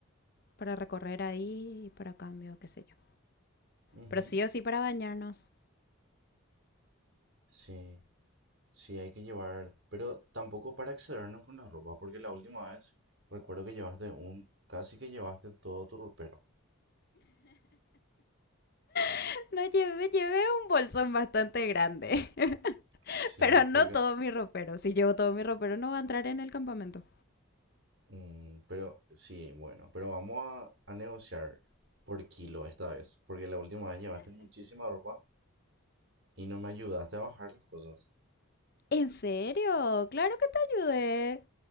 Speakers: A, on the left; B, on the right.
A: para recorrer ahí, para cambio, qué sé yo.
B: Ujú,
A: Pero sí o sí para bañarnos.
B: Sí. Sí, hay que llevar, pero tampoco para excedernos con la ropa, porque la última vez recuerdo que llevaste un, casi que llevaste todo tu ropero.
A: <laughs> No llevé, llevé un bolsón bastante grande, <laughs>
B: Sí,
A: pero no
B: porque,
A: todo mi ropero. Si llevo todo mi ropero no va a entrar en el campamento.
B: mm, pero sí, bueno, pero vamos a, a negociar por kilo esta vez, porque la última vez llevaste muchísima ropa y no me ayudaste a bajar las cosas.
A: ¿En serio? Claro que te ayudé.